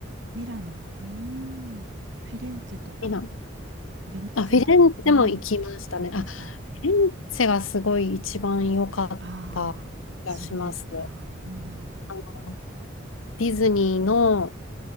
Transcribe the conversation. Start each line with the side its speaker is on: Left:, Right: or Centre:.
Right: ミラノ、うーん、フィレンツェとか、
Left: ミラノ。
Right: ベネツィアとか、
Left: あ、フィレンツェも行きましたね。
Right: ああ、
Left: あ、
Right: いました。
Left: フィレンツェがすごい一番良かった気がします。
Right: ああ、そうですか。うん、
Left: あの、ディズニーの